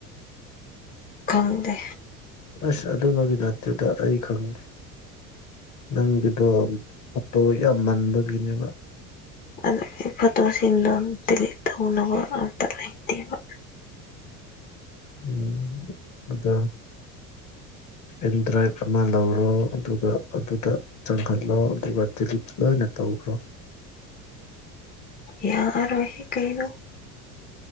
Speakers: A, on the left; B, on the left.
A: ꯈꯪꯗꯦ
B: ꯑꯁ ꯑꯗꯨꯅꯕꯨ ꯅꯠꯇꯦꯗꯥ ꯑꯩ ꯈꯪꯗꯦ ꯅꯪꯒꯤꯗꯣ ꯐꯣꯇꯣ ꯌꯥꯝ ꯃꯟꯕꯒꯤꯅꯦꯕꯥ
A: ꯑꯗꯨꯒꯤ ꯐꯣꯇꯣꯁꯤꯡꯗꯣ ꯗꯤꯂꯤꯠ ꯇꯧꯅꯕ ꯑꯝꯇ ꯂꯩꯇꯦꯕ
B: ꯎꯝ ꯑꯗꯣ ꯄꯦꯟ ꯗ꯭ꯔꯥꯏꯚ ꯑꯃ ꯂꯧꯔꯣ ꯑꯗꯨꯒ ꯑꯗꯨꯗ ꯆꯪꯍꯜꯂꯣ ꯑꯗꯨꯒ ꯗꯤꯂꯤꯠ ꯂꯣꯏꯅꯥ ꯇꯧꯈ꯭ꯔꯣ
A: ꯌꯥꯔꯥꯔꯣꯏꯍꯤ ꯀꯩꯩꯅꯣ